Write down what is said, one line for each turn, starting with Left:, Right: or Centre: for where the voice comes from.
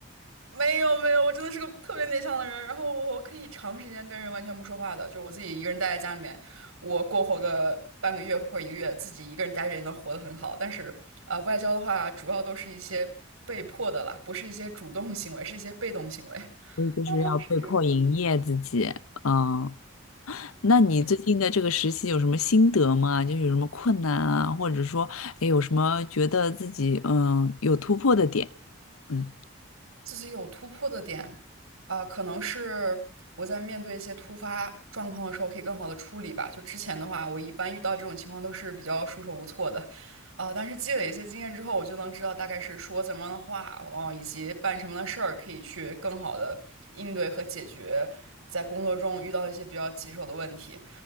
Right: 没有没有，我真的是个特别内向的人，然后我可以长时间跟人完全不说话的，就我自己一个人待在家里面，我过活个半个月或者一个月，自己一个人待着也能活得很好。但是啊、呃外交的话主要都是一些被迫的啦，不是一些主动行为，是一些被动行为。
Left: 所以就是要被迫营业自己。
Right: 哦，是这样的。
Left: 嗯，那你最近的这个实习有什么心得吗？
Right: 对
Left: 就是有什么困难啊，或者说，哎，有什么觉得自己嗯有突破的点？嗯。
Right: 自己有突破的点，啊、可能是我在面对一些突发状况的时候，可以更好的处理吧。就之前的话，我一般遇到这种情况都是比较束手无措的，啊、但是积累一些经验之后，我就能知道大概是说怎么样的话，哦，以及办什么样的事儿，可以去更好的应对和解决在工作中遇到一些比较棘手的问题。